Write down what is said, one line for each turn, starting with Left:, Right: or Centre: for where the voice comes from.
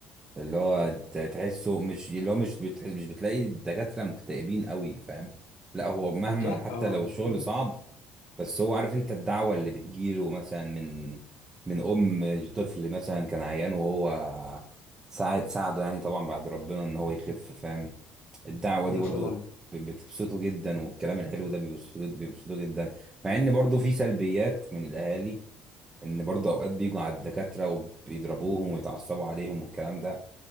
Right: اللي هو ت- تحسه مش اللي هو مش بتحس مش بتلاقي الدكاترة مكتئبين قوي فاهم لا هو مهما
Left: لا
Right: حتى
Left: آه،
Right: لو الشغل
Left: مم.
Right: صعب بس هو عارف انت الدعوة اللي بتجيله مثلا من من ام طفل مثلا كان عيان وهو ساعد ساعده يعني طبعا بعد ربنا ان هو يخف فاهم الدعوة دي
Left: مثلا
Right: برضو ب- بتبسطه جدا والكلام الحلو ده بيبسطه جد- بيبسطه جدا مع ان برضو في سلبيات من الاهالي ان برضو اوقات بيجوا على الدكاترة وبيضربوهم ويتعصبوا عليهم والكلام ده